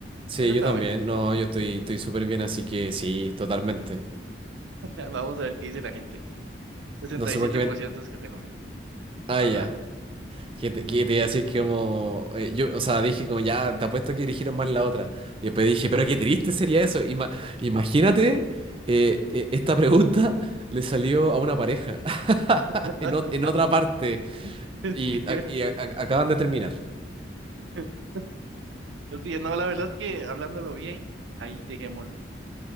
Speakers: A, on the right (about 30°); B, on the right (about 80°).
A: sí,
B: Esa está
A: yo también.
B: buena.
A: No, yo estoy, estoy súper bien, así que sí, totalmente.
B: <laughs> Vamos a ver qué dice la gente. sesenta
A: No
B: y
A: sé
B: siete
A: por qué
B: por
A: me...
B: ciento escoge lo mismo.
A: Ah,
B: Ajá,
A: ya. Que te, que te iba a decir que como, eh, yo, o sea, dije como ya, te apuesto que dirigieron más la otra. Y después dije, pero qué triste sería eso. Ima- imagínate, eh, eh, esta pregunta le salió a una pareja <laughs>
B: <laughs>
A: en, ot- en otra parte
B: es
A: y,
B: cierto.
A: ac- y a- a- acaban de terminar.
B: <laughs> Sí, no, la verdad es que hablándolo bien, ahí dejémoslo.